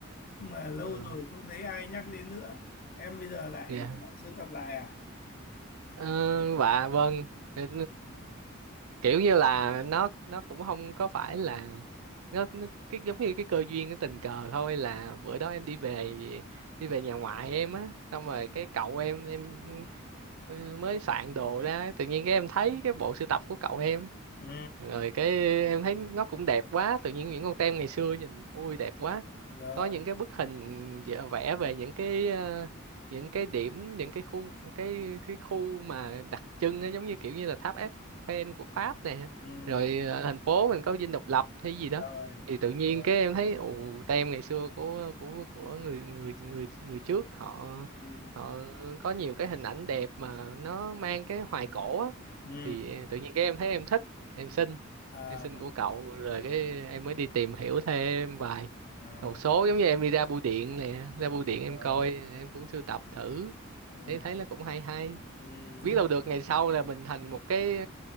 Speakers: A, on the left; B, on the right.
A: Nhưng mà lâu
B: Ờ,
A: rồi không thấy ai nhắc đến nữa. Em bây giờ lại
B: dạ
A: lại sưu tập lại à?
B: Ờ, và vâng Ừ, kiểu như là nó nó cũng không có phải là nó, nó cái giống như cái cơ duyên cái tình cờ thôi là bữa đó em đi về đi về nhà ngoại em á xong rồi cái cậu em em ừ, mới soạn đồ ra tự nhiên cái em thấy cái bộ sưu tập của cậu em
A: Ừ,
B: rồi cái em thấy nó cũng đẹp quá tự nhiên những con tem ngày xưa nhìn ui đẹp quá
A: rồi,
B: có những cái bức hình vẽ vẽ về những cái ờ, những cái điểm những cái khu cái cái khu mà đặc trưng á, giống như kiểu như là tháp Eiffel của Pháp nè
A: ừ,
B: rồi ờ, thành phố mình có dinh độc lập hay gì đó
A: rồi,
B: thì tự nhiên
A: rồi.
B: cái em thấy ồ tem ngày xưa của của của người người người người trước họ
A: Ừ. Ừ.
B: họ có nhiều cái hình ảnh đẹp mà nó mang cái hoài cổ á
A: ừ.
B: thì tự nhiên cái em thấy em thích em xin
A: à,
B: em xin của cậu rồi cái em mới đi tìm hiểu thêm vài
A: à,
B: một số giống như em đi ra bưu điện nè ra bưu điện em
A: ờ,
B: coi em cũng sưu tập thử
A: ừ,
B: thấy thấy nó cũng hay hay
A: ừ,
B: biết
A: nhưng
B: đâu
A: mà
B: được ngày sau là mình thành một cái